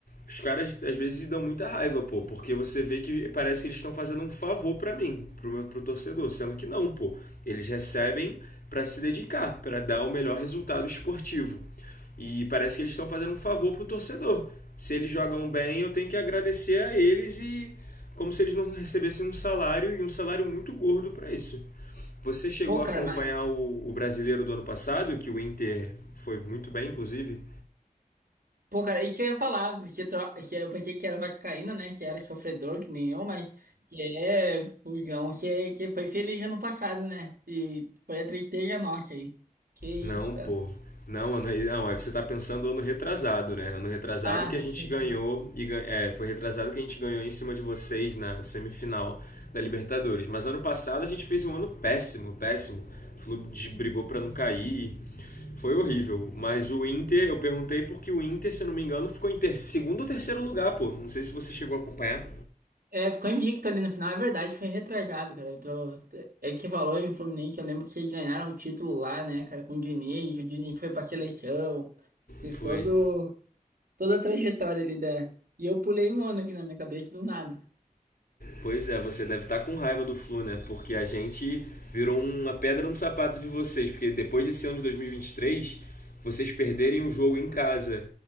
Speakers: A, on the left; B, on the right.
A: os caras às vezes dão muita raiva, pô, porque você vê que parece que eles estão fazendo um favor pra mim, pro meu pro torcedor, sendo que não, pô. Eles recebem pra se dedicar, pra dar o melhor resultado esportivo. E parece que eles estão fazendo um favor pro torcedor. Se eles jogam bem, eu tenho que agradecer a eles e como se eles não recebessem um salário e um salário muito gordo pra isso. Você chegou
B: Pô,
A: a
B: cara,
A: acompanhar
B: mas...
A: o, o brasileiro do ano passado, que o Inter foi muito bem, inclusive?
B: Pô, cara, isso que eu ia falar, que, tro... que eu pensei que era vascaíno, né? Que era sofredor, que nem eu, mas que é fujão, que, é, que foi feliz ano passado, né? E foi a tristeza nossa aí. Que isso,
A: Não,
B: cara.
A: pô. Não, ano, não, aí você tá pensando ano retrasado, né? Ano retrasado
B: Ah,
A: que
B: retrasado.
A: a gente ganhou e gan- é, foi retrasado que a gente ganhou em cima de vocês na semifinal da Libertadores. Mas ano passado a gente fez um ano péssimo, péssimo. O clube brigou pra não cair. Foi horrível. Mas o Inter, eu perguntei porque o Inter, se eu não me engano, ficou em ter- segundo ou terceiro lugar, pô. Não sei se você chegou a acompanhar.
B: É, ficou invicto ali no final, é verdade, foi retrasado, cara. Eu tô... É que valor em Fluminense, eu lembro que eles ganharam o título lá, né, cara, com o Diniz, o Diniz foi pra seleção, teve
A: Foi.
B: todo... toda a trajetória ali da... E eu pulei um ano aqui na minha cabeça do nada.
A: Pois é, você deve estar com raiva do Flu, né? Porque a gente virou uma pedra no sapato de vocês, porque depois desse ano de 2023, vocês perderem o jogo em casa.